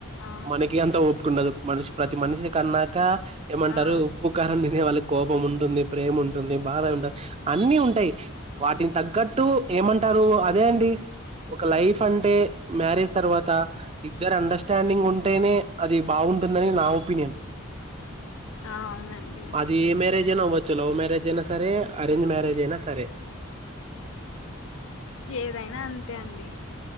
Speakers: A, on the left; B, on the right.
A: ఆ
B: మనకి అంతా ఓపిక ఉండదు. మనిషి ప్రతి మనిషి కన్నాక ఏమంటారు
A: ఆ
B: ఉప్పు కారం తిన్ దే వాళ్ళకి కోపం ఉంటుంది ప్రేమ ఉంటుంది బాధ ఉండ అన్ని ఉంటాయి వాటిని తగ్గట్టు ఏమంటారు అదే అండి ఒక లైఫ్ అంటే మ్యారేజ్ తర్వాత ఇద్దరు అండర్స్టాండింగ్ ఉంటేనే అది బాగుంటుందని నా ఒపీనియన్
A: ఆ అవునండి
B: అది ఏ మేరే ఎనవ్వచ్చు లవ్ మ్యారేజ్ అయినా సరే అరేంజ్ మ్యారేజ్ అయినా సరే
A: ఏదైనా అంతే అండి